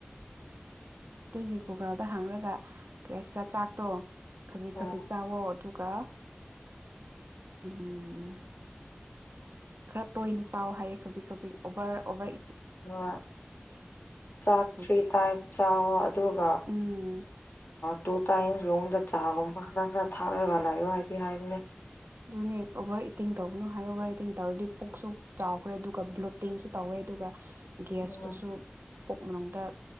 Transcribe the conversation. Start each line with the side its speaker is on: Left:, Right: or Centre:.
Right: ꯇꯨꯡꯒꯤ ꯒꯨꯒꯜꯗ ꯍꯥꯡꯈꯔꯒ ꯀꯁꯤꯔ ꯆꯥꯛꯇꯣ ꯈꯖꯤꯛ
Left: ꯑꯣ
Right: ꯈꯖꯤꯛ ꯆꯥꯛꯋꯣ ꯑꯗꯨ ꯀꯀꯥ ꯎꯝ ꯈꯔ ꯇꯣꯏꯅ ꯆꯥꯎ ꯍꯥꯏꯌꯦꯦ ꯈꯖꯤꯛ ꯈꯖꯤꯛ ꯑꯣꯚꯔ ꯑꯣꯕꯔ
Left: ꯑ ꯆꯥꯛꯇꯔꯤ
Right: ꯑꯗꯨꯒꯤ
Left: ꯇꯥꯏꯕ ꯆ ꯑꯣ ꯑꯗꯨꯒ
Right: ꯎꯝ
Left: ꯇꯨ ꯇꯥꯏꯝꯁ ꯌꯣꯡ ꯗ ꯆꯒꯨꯝ ꯃꯈ ꯈꯔꯥ ꯈꯔ ꯊꯥꯔꯕ ꯂꯑꯣ ꯍꯥꯏꯗꯤ ꯍꯥꯏꯅꯦ
Right: ꯑꯗꯨꯅꯦ ꯑꯣꯚꯔ ꯏꯇꯤꯡ ꯇꯧꯕꯅꯨ ꯍꯥꯏ ꯑꯣꯚꯔ ꯏꯇꯤꯡ ꯇꯧꯔꯗꯤ ꯄꯨꯛꯁꯨ ꯆꯥꯎꯈ꯭ꯔꯦ ꯑꯗꯨꯒ ꯕ꯭ꯂꯣꯠꯇꯤꯡꯁꯨ ꯇꯧꯋꯦ ꯑꯗꯨꯒ ꯒꯁꯇꯨꯁꯨ
Left: ꯎꯝ
Right: ꯄꯨꯛ ꯃꯅꯨꯡꯗ